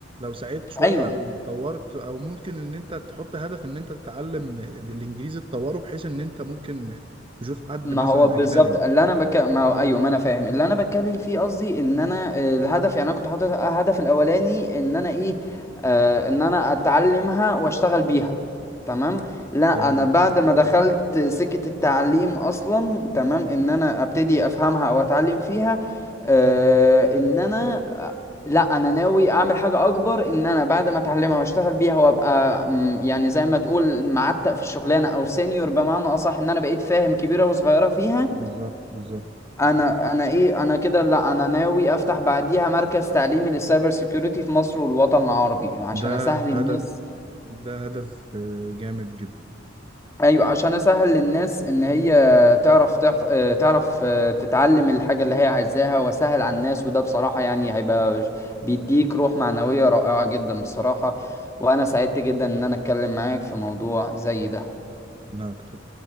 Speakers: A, on the right; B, on the left.
A: سعيت شوية
B: ايوه
A: أو طورت أو ممكن إن أنت تحط هدف إن أنت تتعلم الإنجليزي تطوره بحيث إن أنت ممكن تشوف حد
B: ما
A: مثلا
B: هو بالظبط
A: أجنبي
B: اللي انا بك... ما هو ايوه ما انا فاهم اللي انا بتكلم فيه قصدي ان انا آه، الهدف يعني انا كنت حاطط الهدف الاولاني ان انا ايه آه ان انا اتعلمها واشتغل بيها تمام لا
A: تمام
B: انا بعد ما دخلت سكة التعليم اصلا تمام ان انا ابتدي افهمها او اتعلم فيها آه ان انا لا انا ناوي اعمل حاجه اكبر ان انا بعد ما اتعلمها واشتغل بيها وابقى م، يعني زي ما تقول معتق في الشغلانه او سينيور بمعنى اصح ان انا بقيت فاهم كبيره وصغيره فيها
A: بالظبط بالظبط
B: انا انا ايه انا كده لا انا ناوي افتح بعديها مركز تعليمي للسايبر سيكيورتي في مصر والوطن العربي عشان
A: ده
B: اسهل الناس
A: هدف ده هدف آه، جامد جدا
B: ايوه عشان اسهل للناس ان هي تعرف تحف... آه، تعرف آه، تتعلم الحاجه اللي هي عايزاها واسهل على الناس وده بصراحه يعني هيبقى ش- بيديك روح معنويه رائعه جدا بصراحه وانا سعدت جدا ان انا اتكلم معاك في موضوع زي ده
A: لا أكتر